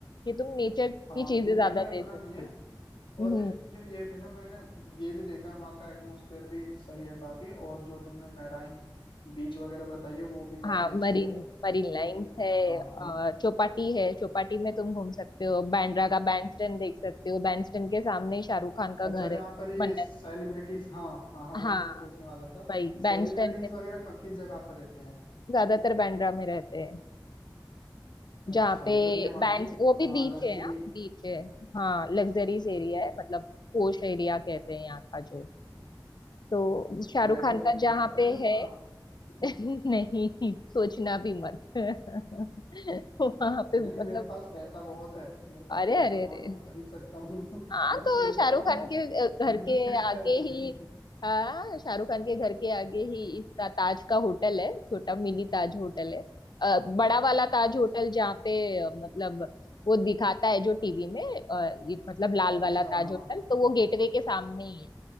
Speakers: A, on the left; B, on the left.
A: कि तुम नेचर की
B: हाँ
A: चीजें
B: दिल्ली
A: ज्यादा
B: में
A: दे
B: उतना
A: सकते
B: नहीं है
A: हो
B: और
A: हम्म
B: फिर फिर ये भी है ना मैंने ये भी देखा है वहाँ का एटमोसफेयर भी सही है काफी और जो तुमने मैराइन बीच वगैरह बताई है वो भी काफी
A: हाँ
B: अच्छी
A: मरीन
B: है
A: मरीन
B: तो
A: लाइन है
B: हाँ हम्म,
A: और चौपाटी है चौपाटी में तुम घूम सकते हो बांद्रा का बैंडस्टैंड देख सकते हो बैंडस्टैंड के सामने शाहरुख खान का
B: अच्छा
A: घर
B: जहाँ
A: है
B: पर ये
A: मन्नत
B: सेलिब्रिटीज हाँ हाँ हाँ, वही
A: हाँ
B: मैं पूछने वाला था
A: भाई बैंडस्टैंड
B: सेलिब्रिटीज
A: में
B: वगैरह क- किस जगह पर रहते हैं
A: ज्यादातर बांद्रा में रहते हैं
B: अच्छा
A: जहाँ पे
B: मतलब ये वहाँ
A: बैंड
B: की
A: वो भी बीच
B: लग्जरी
A: है हाँ बीच है हाँ लग्जरीज एरिया है मतलब पोश एरिया कहते हैं यहाँ का जो तो शाहरुख
B: फ्लैट
A: खान
B: व्लैट
A: का जहाँ
B: मिल सकता
A: पे
B: है मुझे
A: है
B: वहाँ <laughs>
A: <laughs> नहीं सोचना भी मत <laughs> वहां पे
B: नहीं
A: मतलब
B: मेरे पास पैसा बहुत है मेरे पास
A: अरे
B: पैसा
A: अरे
B: बहुत
A: अरे
B: है मैं खरीद सकता हूँ
A: हाँ
B: <laughs> बस
A: तो
B: ये
A: शाहरुख
B: बताओ मैं
A: खान के अ, घर
B: मिल
A: के
B: सकता
A: आगे
B: है क्या नहीं
A: ही हाँ शाहरुख खान के घर के आगे ही इसका ताज का होटल है छोटा मिनी ताज होटल है अ, बड़ा वाला ताज
B: अच्छा
A: होटल जहाँ पे अ, मतलब वो दिखाता है जो टीवी में अ, ये मतलब लाल
B: अच्छा,
A: वाला
B: हाँ
A: ताज होटल तो वो गेटवे के सामने ही है